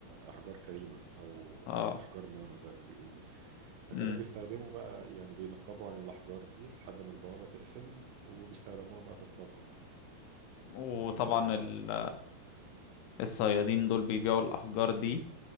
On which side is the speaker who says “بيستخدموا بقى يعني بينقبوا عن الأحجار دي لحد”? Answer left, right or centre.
Right